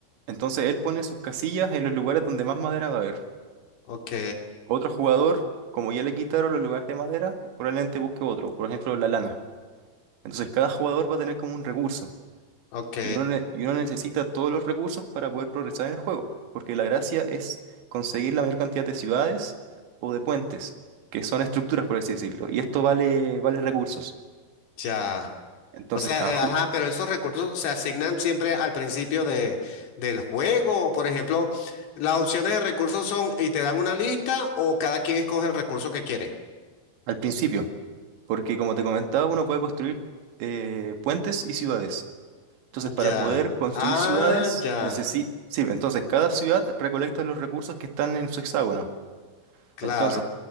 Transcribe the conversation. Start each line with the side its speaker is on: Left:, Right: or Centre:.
Right: Entonces, él pone sus casillas en los lugares donde más madera va a haber.
Left: Ok,
Right: Otro jugador, como ya le quitaron los lugares de madera, probablemente busque otro, por ejemplo, la lana. Entonces, cada jugador va a tener como un recurso.
Left: ok,
Right: Y uno, ne- y uno necesita todos los recursos para poder progresar en el juego, porque la gracia es conseguir la mayor cantidad de ciudades o de puentes, que son estructuras, por así decirlo, y esto vale, vale recursos.
Left: ya.
Right: Entonces,
Left: O sea,
Right: cada
Left: eh, ajá, pero esos recursos se asignan siempre al principio de, del juego. Por ejemplo, las opciones de recursos son y te dan una lista o cada quien escoge el recurso que quiere.
Right: al principio, porque como te comentaba, uno puede construir eh, puentes y ciudades. Entonces, para
Left: Ya.
Right: poder construir
Left: Ah,
Right: ciudades,
Left: ya.
Right: necesita... Sí, entonces cada ciudad recolecta los recursos que están en su hexágono.
Left: Claro.
Right: Entonces,